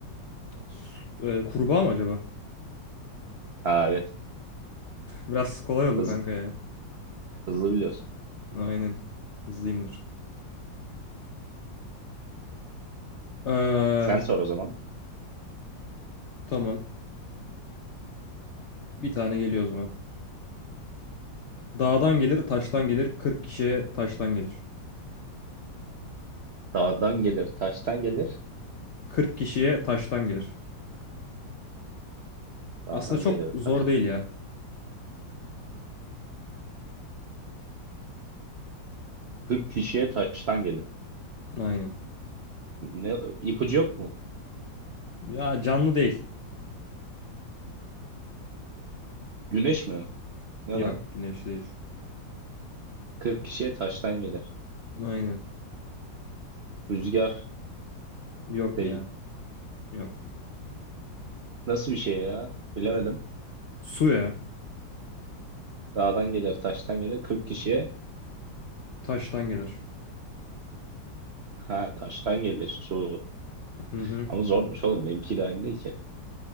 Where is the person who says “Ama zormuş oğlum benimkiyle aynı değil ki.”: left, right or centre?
Right